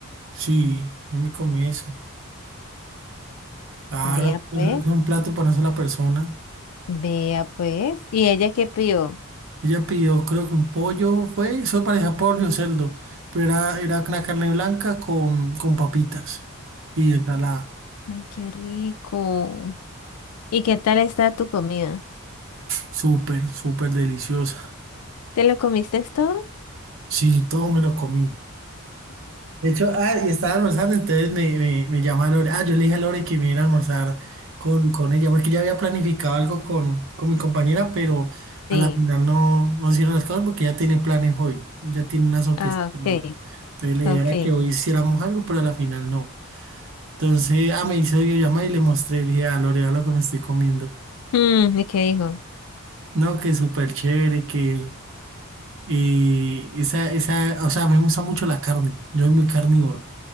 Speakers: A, on the right; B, on the left.
A: Sí, yo me comí eso. Claro,
B: Vea,
A: eso
B: pues.
A: es un plato para una sola persona.
B: Vea pues. ¿Y ella qué pidió?
A: Ella pidió, creo que un pollo fue, eso parecía pollo o cerdo, pero era, era una carne blanca con, con papitas y ensalada.
B: Ay, qué rico. ¿Y qué tal está tu comida?
A: Súper, súper deliciosa.
B: ¿Te lo comiste todo?
A: Sí, todo me lo comí. De hecho, ah, y estaba almorzando, entonces me, me, me llama Lore. Ah, yo le dije a Lore que me iba a almorzar con, con ella, porque ya había planificado algo con, con mi compañera, pero a
B: Sí.
A: la final no, no hicieron las cosas porque ya tiene planes hoy, ya tiene una sorpresa
B: Ah, ok,
A: hoy. Entonces la idea
B: ok.
A: era que hoy hiciéramos algo, pero a la final no. Entonces, ah, me hizo llamar y le mostré, le dije, ah, Lore, vea lo que me estoy comiendo.
B: Mm, ¿y qué dijo?
A: No, que súper chévere, que eh, esa, esa, o sea, me gusta mucho la carne, yo soy muy carnívoro.